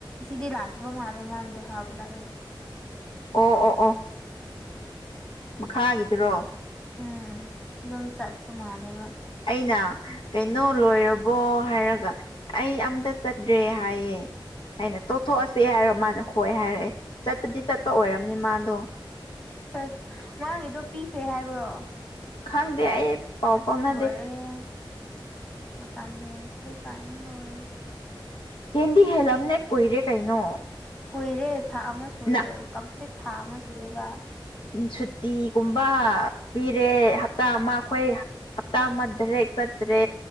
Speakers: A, on the left; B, on the left.
A: ꯁꯤꯗꯤ ꯂꯥꯛꯇꯕ ꯃꯥꯜꯂꯦ ꯃꯥꯒꯤꯗꯣ ꯍꯥꯞꯄꯔ ꯑꯦ
B: ꯑꯣ ꯑꯣ ꯑꯣ ꯃꯈꯥꯒꯤꯗꯨꯔꯣ
A: ꯎꯝ ꯑꯗꯨꯝ ꯆꯠꯄ ꯃꯥꯜꯂꯦꯕ
B: ꯑꯩꯅ ꯀꯩꯅꯣ ꯂꯣꯏꯔꯕꯣ ꯍꯥꯏꯔꯒ ꯑꯩ ꯑꯝꯇ ꯆꯠꯇ꯭ꯔꯦ ꯍꯥꯏꯌꯦ ꯑꯩꯅ ꯇꯣꯊꯣꯛꯑꯁꯦ ꯍꯥꯏꯔꯣ ꯃꯥꯅ ꯍꯣꯏ ꯍꯥꯏꯔꯛꯑꯦ ꯆꯠꯄꯗꯤ ꯆꯠꯄ ꯑꯣꯏꯔꯝꯅꯤ ꯃꯥꯗꯣ
A: ꯆꯠ ꯃꯥꯒꯤꯗꯣ ꯄꯤꯈ꯭ꯔꯦ ꯍꯥꯏꯕ꯭ꯔꯣ
B: ꯈꯪꯗꯦ ꯑꯩ ꯄꯥꯎ
A: ꯑꯁ
B: ꯐꯥꯎꯅꯗꯦ
A: ꯂꯣꯏꯔꯦ ꯃꯇꯝ ꯍꯦꯟꯈꯔꯦ ꯀꯥꯏꯅ ꯂꯣꯏꯔꯦ
B: ꯍꯦꯟꯗꯤ ꯍꯦꯜꯂꯝꯅꯦ ꯀꯨꯏꯔꯦ ꯀꯩꯅꯣ
A: ꯀꯨꯏꯔꯦ ꯊꯥ ꯑꯃ ꯁꯨꯔꯦ
B: ꯅ
A: ꯀꯝꯄ꯭ꯂꯤꯠ ꯊꯥ ꯑꯃ ꯁꯨꯔꯦꯕ
B: ꯎꯝ ꯁꯨꯇꯤꯒꯨꯝꯕ ꯄꯤꯔꯦ ꯍꯞꯇꯥ ꯑꯃ ꯑꯩꯈꯣꯏ ꯍꯞꯇꯥ ꯑꯃ ꯗꯥꯏꯔꯦꯛ ꯆꯠꯇ꯭ꯔꯦ